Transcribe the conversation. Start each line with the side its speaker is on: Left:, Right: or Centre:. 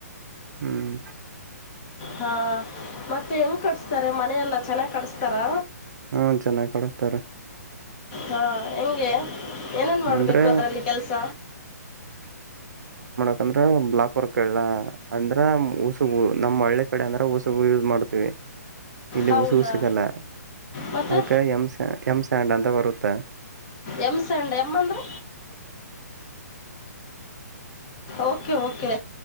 Right: ಹ್ಮ್
Left: ಹಾ ಮತ್ತೆ ಹೆಂಗ್ ಕಡಸ್ತಾರೆ ಮನೆಯ ಎೆಲ್ಲಾ ಚೆನ್ನಾಗ್ ಕಡಸ್ತಾರಾ
Right: ಹ್ಮ ಚೆನ್ನಾಗಿ್ ಕಳಸ್ತಾರ
Left: ಹಾ ಹೆಂಗೆ ಏನೇನ್ ಮಾಡ್ಬೇಕು
Right: ಅಂದ್ರೆ
Left: ಅದರಲ್ಲಿ ಕೆಲಸ
Right: ಯಾಕಂದ್ರೆ ಬ್ಲಾಕ್ ವರ್ಕ್ಲ್ಲ ಅಂದ್ರ ಉಸುಗು ನಮ್ ಹಳ್ಳಿ ಕಡೆ ಅಂದ್ರ ಉಸುಗ ಯೂಸ್ ಮಾಡ್ತೀವಿ ಇಲ್ಲಿ
Left: ಹೌದಾ
Right: ಉಸಿಗು ಸಿಗಲ್ಲ
Left: ಮತ್ತೆ
Right: ಅದ್ಕ ಎಮ್ ಸ ಎಮ್ ಸ್ಯಾಂಡ್ ಅಂತ ಬರುತ್ತೆ
Left: ಎಮ್ಸಂಡ್ ಎಮ್ಮಂದ್ರ ಓಕೆ ಓಕೆ